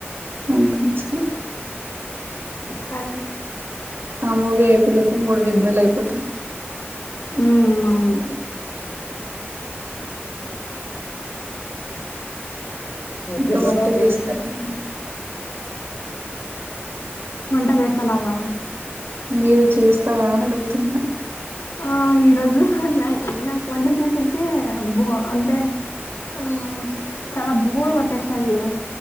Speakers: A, on the right; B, on the left.
A: అనిపించలె
B: హలో
A: ఆ మూవ అయిపోలప్పు మూడు నిద్రలు అయిపోతే
B: ఉ అవును
A: ఇంకా
B: గటా
A: వంట
B: చ
A: చేస్తారా మీరు
B: వంట చేస్తానావా
A: మీరు చేస్తారా అని అడుగుతున్న
B: ఆ ఈరోజు నాకు వంట చేసేకి బో అంటే ఆ చాలా బోర్ కొట్టేసినది